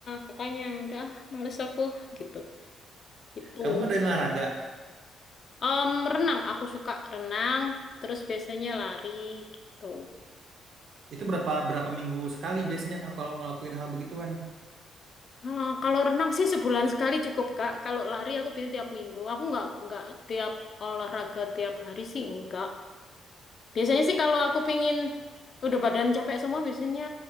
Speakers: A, on the left (about 45°); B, on the right (about 65°).
A: makanya udah males aku gitu itu
B: Kamu ngadain olahraga?
A: Em, renang aku suka renang terus biasanya lari gitu
B: Itu berapa berapa minggu sekali biasanya Kak, kalau ngelakuin hal begituan?
A: Eh, kalau renang sih sebulan sekali cukup Kak kalau lari aku biasanya tiap minggu aku nggak nggak tiap olahraga tiap hari sih enggak biasanya sih kalau aku pingin udah badan capek semua biasanya